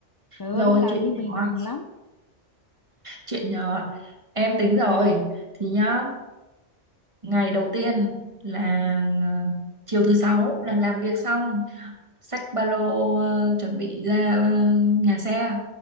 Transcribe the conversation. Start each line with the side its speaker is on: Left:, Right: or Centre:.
Left: trời ơi
Right: Rồi
Left: làm
Right: chuyện
Left: như mình
Right: nhỏ
Left: rành lắm
Right: Chuyện nhỏ em tính rồi thì nhá ngày đầu tiên là ờ, chiều thứ sáu là làm việc xong xách ba lô ờ, chuẩn bị ra ờ, nhà xe